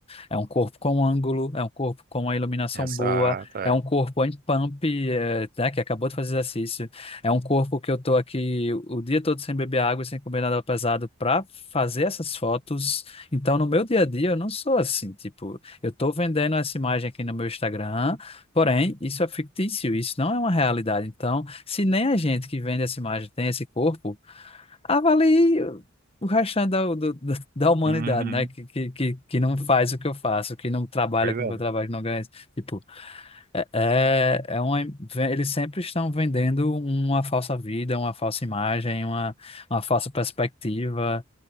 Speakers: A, on the left; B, on the right.
A: É um corpo com ângulo, é um corpo com a iluminação
B: Exato,
A: boa,
B: é.
A: é um corpo em pump, é, né, que acabou de fazer exercício. É um corpo que eu tô aqui o dia todo sem beber água e sem comer nada pesado para fazer essas fotos. Então, no meu dia a dia, eu não sou assim, tipo, eu tô vendendo essa imagem aqui no meu Instagram, porém, isso é fictício, isso não é uma realidade. Então, se nem a gente que vende essa imagem tem esse corpo, avalie o restante da, do- da da humanidade,
B: Uhum.
A: né? Que, que, que, que não faz o que eu faço, que não trabalha
B: Pois
A: com
B: é.
A: o que eu trabalho, que não ganha. Tipo, é, é é uma, ve- eles sempre estão vendendo uma falsa vida, uma falsa imagem, uma, uma falsa perspectiva.